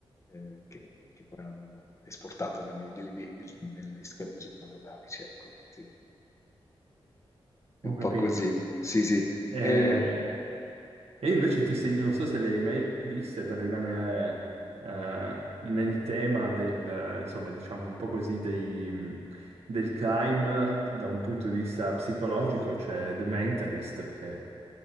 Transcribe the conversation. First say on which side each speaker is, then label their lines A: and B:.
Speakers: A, on the left (about 30°); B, on the right (about 80°).
A: eh, che, che poi hanno esportato negli, negli- nei- nel- negli schermi cinematografici, ecco, sì. È
B: Ho
A: un
B: capito.
A: po' così, sì, sì.
B: Eh,
A: Eh,
B: E invece ti seg- non so se le hai mai viste per rimanere eh, nel tema del, eh, insomma, diciamo un po' così dei, mh, del crime da un punto di vista psicologico, c'è The Mentalist, che